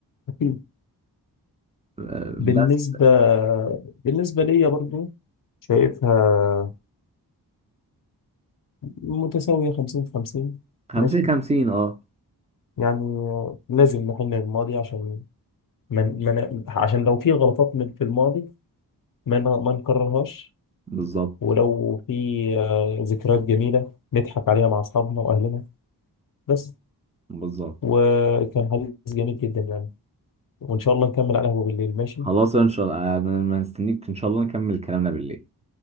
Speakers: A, on the left; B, on the right.
A: اكيد
B: آه، بس
A: بالنسبه بالنسبه ليا برضه شايفها متساوية خمسين في خمسين
B: خمسين
A: ماشي
B: خمسين اه
A: يعني آه، لازم نحن الماضي عشان من من عشان لو في غلطات من في الماضي ما ن- ما نكررهاش
B: بالظبط
A: ولو في آه، ذكريات جميلة نضحك عليها مع أصحابنا وأهلنا بس
B: بالظبط
A: وكان حديث جميل جدا يعني وإن شاء الله نكمل على القهوة بالليل ماشي
B: خلاص ان شاء الله آه، ما ما نستنيك ان شاء الله نكمل كلامنا بالليل